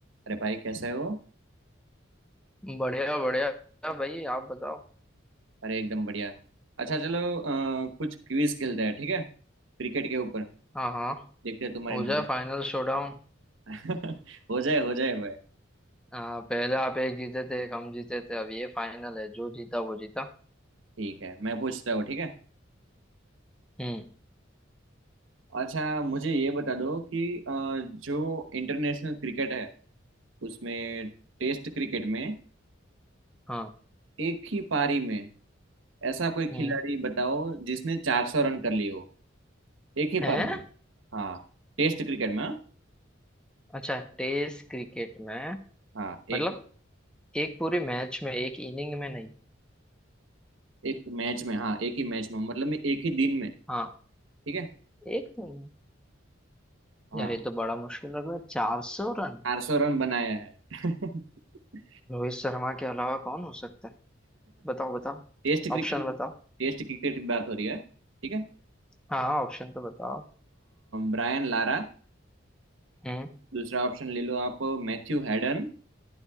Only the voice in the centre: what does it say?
बढ़िया बढ़िया भाई आप बताओ
हाँ हाँ
हो
जाए फाइनल शोडाउन
आ, पहले आप एक जीते थे एक हम जीते थे अब ये फाइनल है जो जीता वो जीता
हम्म
हाँ
हम्म
हैं
अच्छा टेस्ट क्रिकेट में
मतलब एक पूरी मैच में एक इनिंग में नहीं
हाँ
एक नहीं
यार ये तो बड़ा मुश्किल लग रहा है चार सौ रन
रोहित शर्मा के अलावा कौन हो सकता है बताओ बताओ
ऑप्शन बताओ
हाँ ऑप्शन तो बताओ
हम्म